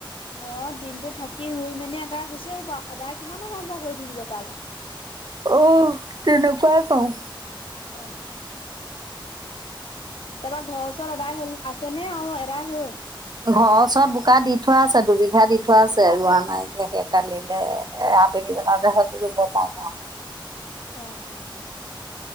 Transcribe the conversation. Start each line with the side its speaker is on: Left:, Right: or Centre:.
Left: অ, দিনতো থাকি ৰুই-মেলি এনকা গুচি আহিব আৰু। সদায় কিমান অহা-যোৱা কৰি থাকিব তালে।
Right: অহ, তেনেকুৱাই কৰোঁ।
Left: অঁহ। তাৰপৰা ঘৰৰ ওচৰত এদাই হ'ল, আছে নে আৰু এদাই হ'ল?
Right: ঘৰৰ ওচৰত বোকা দি থোৱা আছে দুবিঘা দি থোৱা আছে ৰোৱা নাই, কিয় সে কালিলে- এ আবেলি বেলাতে হয়তো ৰুব পাওঁ আৰু।
Left: অঁহ, অঁহ।